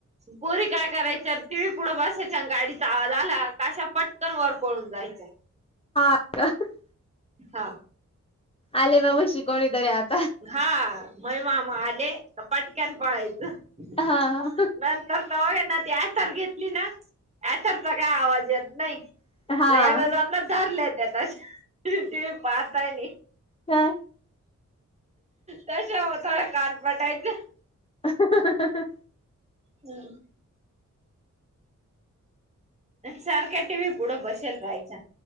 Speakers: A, on the right; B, on the left.
A: पोरी काय करायच्या टीव्ही पुढं बसायच्या गाडीचा आवाज आला आशा पटकन वर पळून जायचं.
B: <unintelligible>
A: हा
B: आले बाबा शिकवडे आ <unintelligible>
A: हा मय मामा आले पटक्यान पहायचं
B: हा हा
A: नंतर तरघे ना ती आथर घेतली ना आथरचा काय आवाज येत नाही.
B: हा
A: मग एकदा जान धरलेता ते पाहताय नाही <inaudible>
B: हम्म
A: तशा थोड कान पटायचं
B: इ <unintelligible>
A: हम्म सारख्या टी बसेल राहायचा.